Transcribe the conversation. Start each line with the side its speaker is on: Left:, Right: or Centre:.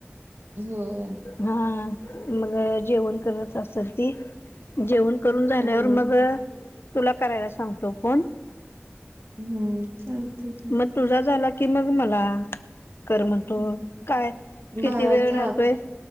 Right: होय.
Left: हा, मग जेवण करत असल ती, जेवण करून झाल्यावर
Right: हम्म
Left: मग व तुला करायला सांगतो फोन
Right: हम् चालतय की.
Left: मग तुझा झाला की मग मला कर म्हणतो
Right: हम्म
Left: काय किती
Right: बाराच्या
Left: वेळ राहतोय
Right: आत